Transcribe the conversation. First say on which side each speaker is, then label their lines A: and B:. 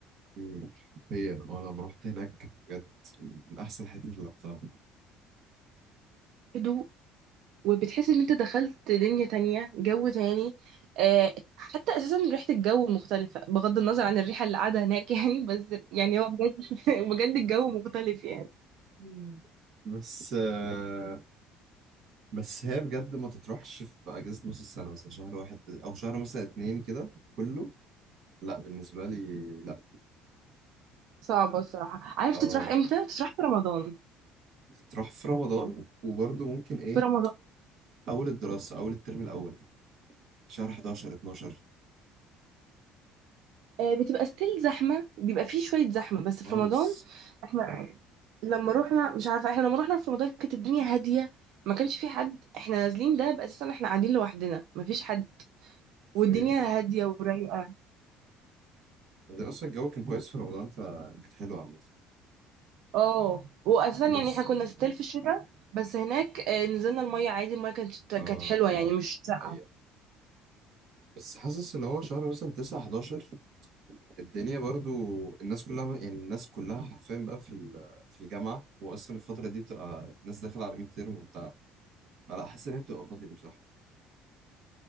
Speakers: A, on the right; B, on the right.
A: مم. هي وأنا لما رحت هناك بجد من أحسن حتة اللي رحتها
B: هدوء وبتحس ان انت دخلت دنيا تانية جو تاني آه حتى اساسا ريحة الجو مختلفة بغض النظر عن الريحة اللي قاعدة هناك <laughs> يعني بس يعني هو بجد <laughs> بجد الجو مختلف يعني
A: مم. بس آه، بس هي بجد ما تتروحش في أجازة نص السنة مثلا شهر واحد أو شهر مثلا اتنين كده كله لا بالنسبة لي لا
B: صعبة الصراحة عارف
A: اه
B: تطرح امتى؟ تطرح في رمضان
A: تتروح في رمضان وبرضه ممكن إيه
B: في رمضان
A: أول الدراسة أول الترم الأول شهر 11 12
B: آه بتبقى ستيل زحمة بيبقى فيه شوية زحمة بس
A: خالص
B: في رمضان احنا لما روحنا مش عارفة احنا لما روحنا في رمضان كانت الدنيا هادية ما كانش في حد احنا نازلين ده بأساسا احنا قاعدين لوحدنا مفيش حد
A: فين
B: والدنيا
A: اه
B: هادية ورايقة
A: بعدين أصلا الجو كان كويس في رمضان فكانت حلوة عامة
B: اه واساسا
A: بس
B: يعني احنا كنا ستيل في الشتاء بس هناك آه، نزلنا الميه عادي الميه كانت كانت
A: اه <laughs>
B: حلوه
A: اه
B: يعني مش ساقعه
A: دي حقيقة بس حاسس اللي هو شهر مثلا 9 11 الدنيا برضو الناس كلها يعني الناس كلها حرفيا بقى في ال- في الجامعة وأصلا الفترة دي بتبقى الناس داخلة على 100 ترم وبتاع فلا حاسس إن هي بتبقى فاضية مش زحمة